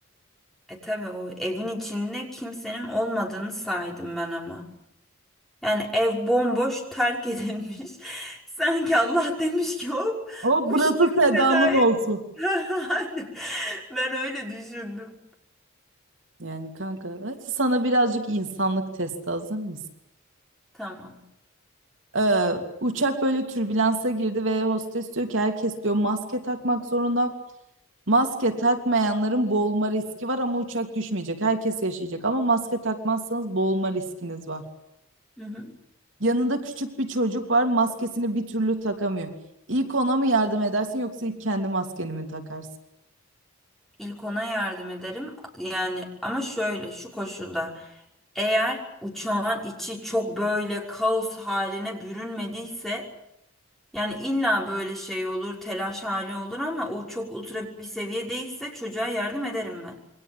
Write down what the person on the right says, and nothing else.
Ama
burası
Seda'nın
olsun.
Yani kanka hadi sana birazcık insanlık testi hazır mısın?
Ee, uçak böyle türbülansa girdi ve hostes diyor ki herkes diyor maske takmak zorunda. Maske takmayanların boğulma riski var ama uçak düşmeyecek. Herkes yaşayacak ama maske takmazsanız boğulma riskiniz var.
Yanında küçük bir çocuk var, maskesini bir türlü takamıyor. İlk ona mı yardım edersin yoksa ilk kendi maskeni mi takarsın?